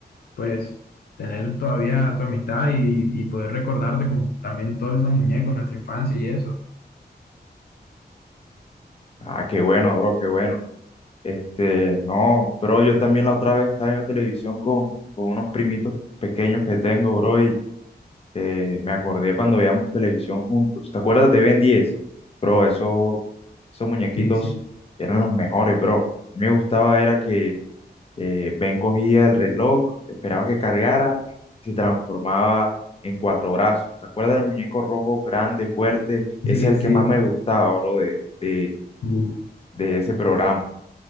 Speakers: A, on the left; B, on the left.
A: pues tener todavía tu amistad y, y poder recordarte con también todos esos muñecos, nuestra infancia y eso.
B: Ah, qué bueno, bro, qué bueno. Este, no, bro, yo también la otra vez estaba viendo televisión con, con unos primitos pequeños que tengo, bro, eh, me acordé cuando veíamos televisión juntos. ¿Te acuerdas de Ben 10? Bro, eso, esos muñequitos
A: Sí, sí,
B: eran los mejores, bro. A mí me gustaba era que eh, Ben cogía el reloj, esperaba que cargara y se transformaba en cuatro brazos. ¿Te acuerdas del muñeco rojo, grande, fuerte? Ese
A: sí,
B: es el
A: sí.
B: que más me gustaba, bro, de, de,
A: Uf,
B: de ese programa.